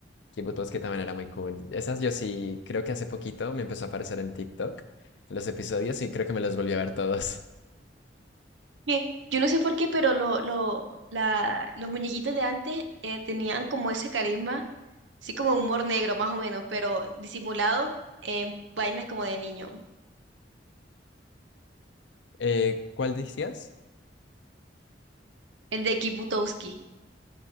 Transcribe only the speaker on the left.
Kid que también era muy cool. Esas yo sí, creo que hace poquito me empezó a aparecer en TikTok los episodios y creo que me los volví a ver todos. <laughs>
Eh, ¿cuál decías?